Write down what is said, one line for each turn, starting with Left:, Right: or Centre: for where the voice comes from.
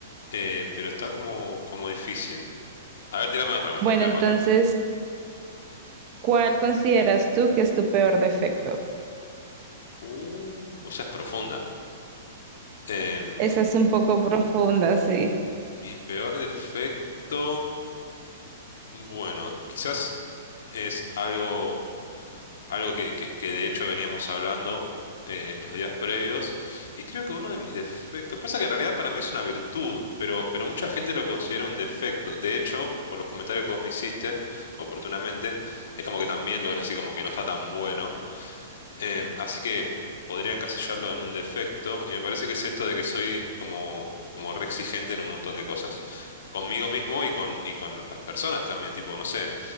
Left: Eh, pero está como, como difícil. A ver, tírame otra mejor,
Right: Bueno,
Left: tírame
Right: entonces,
Left: otra mejor.
Right: ¿cuál consideras tú que es tu peor defecto?
Left: Uh, esa es profunda. Em,
Right: Esa es un poco profunda, sí.
Left: mi peor defecto, bueno, quizás es algo, algo que, que- que de hecho veníamos hablando eh, los días previos. Y creo que uno de mis defectos, pasa que en realidad para mí es una virtud, pero, pero mucha gente lo considera un defecto. De hecho, por los comentarios que vos me hiciste, oportunamente, es como que también lo ves así como que no está tan bueno. Em, así que podría encasillarlo en un defecto y me parece que es esto de que soy como, como re exigente en un montón de cosas. Conmigo mismo y con, y con las personas también, tipo, no sé,